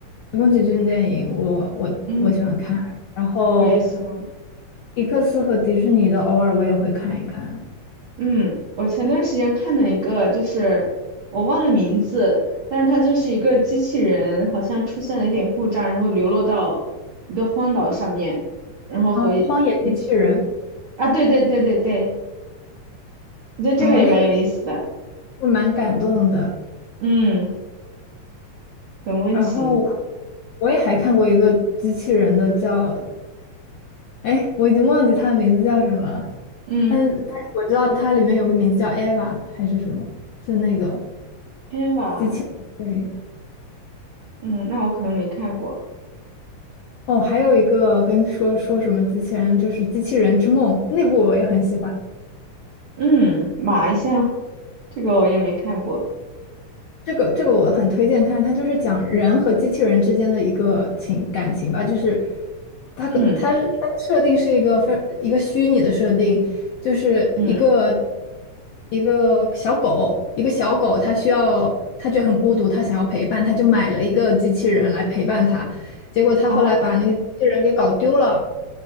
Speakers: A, on the left (about 75°); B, on the right (about 65°).
A: 宫崎骏电影我，我我喜欢看。
B: 嗯。
A: 然后，
B: 我也喜欢。
A: 迪克斯和迪士尼的偶尔我也会看一看。
B: 嗯，我前段时间看了一个，就是我忘了名字，但是它就是一个机器人，好像出现了一点故障，然后流落到一个荒岛上面，然后和一一起
A: 啊，《荒野机器人》
B: 啊，对对对对对，我觉得这个也蛮有意思的，
A: 嗯，那个就蛮感动的。
B: 嗯，很温情，
A: 然后我我也还看过一个机器人的叫，哎，我已经忘记它的名字叫什么了，
B: 嗯
A: 但但是我知道它里面有个名字叫 Eva 还是什么，就那个。
B: ，Eva，
A: 机器人，对，
B: 嗯，那我可能没看过，
A: 哦，还有一个跟说说什么机器人，就是《机器人之梦》那部我也很喜欢，
B: 嗯，马一下，这个我也没看过，
A: 这个这个我很推荐看，它就是讲人和机器人之间的一个情感情吧，就是它个它是它的设定是一个非一个虚拟的设定，
B: 嗯
A: 就是一个
B: 嗯，
A: 一个小狗，一个小狗它需要它就很孤独，它想要陪伴，它就买了一个机器人来陪伴它，结果它后来把那个机器人给搞丢了。
B: 哦